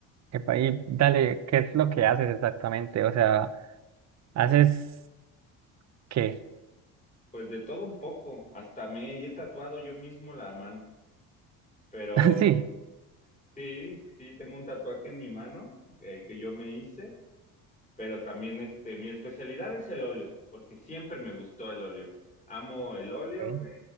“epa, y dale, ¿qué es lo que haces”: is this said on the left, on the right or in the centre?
Right